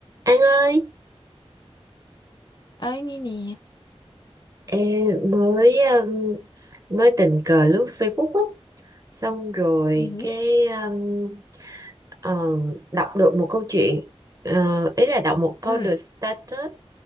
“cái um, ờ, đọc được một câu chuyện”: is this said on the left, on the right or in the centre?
Right